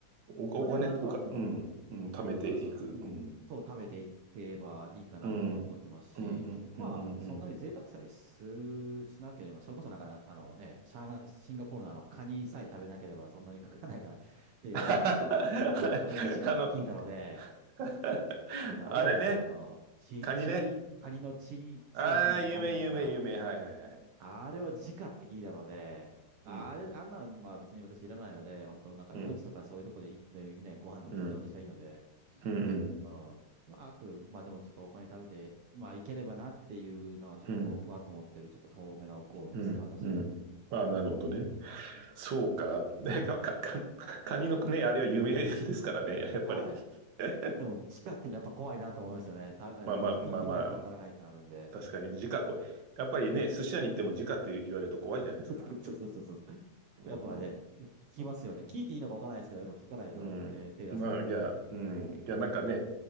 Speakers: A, on the right; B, on the right.
A: お、
B: まあでもなんか、
A: お金、おか、
B: うん。
A: うん、うん、貯めていく。
B: でもなんか、その、うん。
A: うん。
B: そう、貯めていってばいいかなっていうのを思ってますし、
A: うん、うん、うん、
B: まあ、
A: うん、うんうん。
B: そんなに贅沢さえする、しなければ、それこそなんかあのね、シャン、シンガポールのあの、カニさえ食べなければそんなにかからないからって思ってるので、
A: <laughs> あの、
B: あの、あれ、時価って聞いたので、
A: <laughs>
B: なんかあるじゃないですか。
A: あれね、
B: あの、チリ、
A: カニね。
B: チリ、カニのチリソースみたいなのがあるじゃないですか。
A: ああ、有名、有名、有名。はい、はい、はい。
B: あれは直って聞いたので、あれ、
A: うん、
B: あんなんは別に私いらないので、本当なんか夜市とかそういうとこで行ってね、
A: うん、
B: ご飯でも全然私はいいので、
A: うん、うん、うん、
B: うん。まあ、あく、まあでもちょっとお金食べて、まあいければなっていうのはちょっとこう、
A: うん、
B: ふわっと思ってる、ちょっと遠めのゴールですね、
A: うん、
B: 私。
A: うん。ああ、なるほどね。
B: うん
A: そうか。<laughs> ねか、か、か、カニのね、あれは有名ですからね。やっぱり。
B: はい。
A: <laughs>
B: でも、地下っていうのはやっぱ怖いなと思いますよね。た、聞いてみないとわからないとなるんで。
A: まあまあまあまあ、確かに、時価こう、やっぱりね、寿司屋に行っても時価って言われると怖いじゃないですか。
B: そうそうそうそう。
A: うん。
B: やっぱね、聞きますよね。聞いていいのかわからないですけど、やっぱ聞かないとね、
A: うん。
B: 手出せないなってのはあるんで。
A: まあ、いや、うん。いや、なんかね、